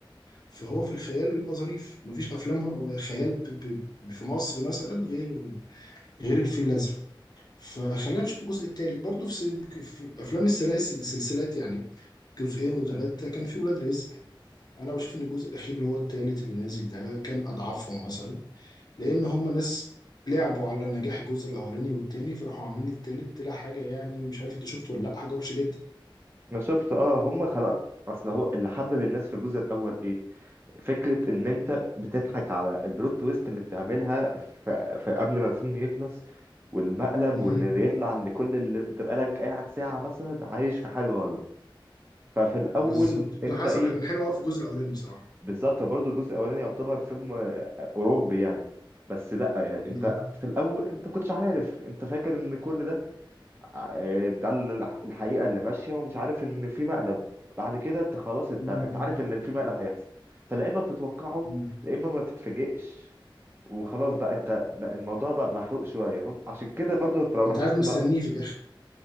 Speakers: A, on the left (about 50°); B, on the right (about 25°).
A: فهو في الخيال بيبقى ظريف مفيش افلام هو- خيال ب... ب... في مصر مثلا غير غير الفيل الازرق فخلينا نشوف الجزء الثالث برضو في, س... في افلام السلاسل السلسلات يعني جزئين وثلاثه كان في ولاد رزق انا بشوف ان الجزء الاخير اللي هو التالت اللي نازل ده كان اضعفهم مثلا لان هم ناس لعبوا على نجاح الجزء الاولاني والتاني فراحوا عاملين التالت طلع حاجه يعني مش عارف انت شفته ولا لا حاجه وحشه جدا
B: انا شفت اه هم خلقت اصل هو اللي حبب الناس في الجزء الاول ايه فكره ان انت بتضحك على البلوت تويست اللي بتعملها في, في قبل ما الفيلم يخلص والمقلب
A: مهم.
B: وان يطلع ان كل اللي تبقى لك قاعد ساعه مثلا عايش في حاجه غلط ففي الاول
A: بالظبط
B: انت
A: ده حصل
B: ايه
A: كان حلو قوي في الجزء الاولاني بصراحه
B: بالظبط برضه الجزء الاولاني يعتبر فيلم اوروبي يعني بس لا يعني انت
A: مهم.
B: في الاول انت كنتش عارف انت فاكر ان كل ده آه، ده ال- الحقيقه اللي ماشيه ومش عارف ان في مقلب بعد كده انت خلاص انت
A: مهم.
B: انت عارف ان في مقلب هيحصل فلا اما بتتوقعه
A: مهم.
B: لا اما ما تتفاجئش وخلاص بقى انت بقى الموضوع بقى محروق شويه هم عشان كده برضو انت لو لاحظت
A: انت قاعد مستنيه
B: بقى
A: في الاخر